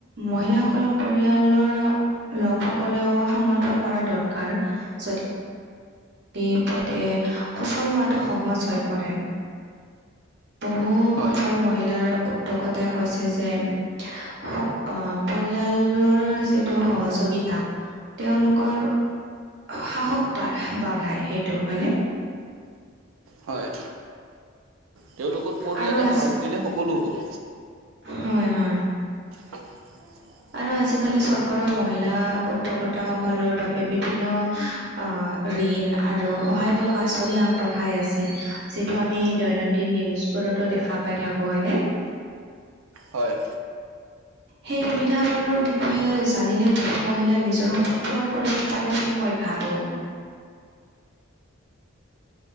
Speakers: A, on the right; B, on the right.
A: মহিলাসকলক পৰিয়ালৰ লকসকলেও সামৰ্থ কৰা দৰকাৰ যত <unintelligible> সফল হোৱাটো সহজ হৈ পৰে। বহু
B: হয়
A: সফল মহিলাৰ উদ্যোগতায়ে কৈছে যে হোক, আহ পৰিয়ালৰ যিটো সহযোগিতা। তেওঁলোকৰ সাহস বাঢ় বাঢ়ায় সেইটো হয়নে।
B: হয় তেওঁলোকৰ পৰিয়ালে
A: আৰু আজি
B: সাহস দিলে সকলো হব
A: হয় হয়
B: <unintelligible>
A: আৰু আজিকালি চৰকাৰেও মহিলা উদ্যোক্তা সকলৰ বাবে বিভিন্ন অ ঋণ আৰু সহায়মূলক আঁচনি আগবঢ়াই আছে যিটো আমি দৈনন্দিন নিউজ বোৰতো দেখা পাই থাকো হয়নে
B: হয়
A: সেই সুবিধাবোৰৰ বিষয়ে জানিলে বহু মহিলা নিজৰ সপোন পূৰণ কৰিব পাৰে বুলি মই ভাবো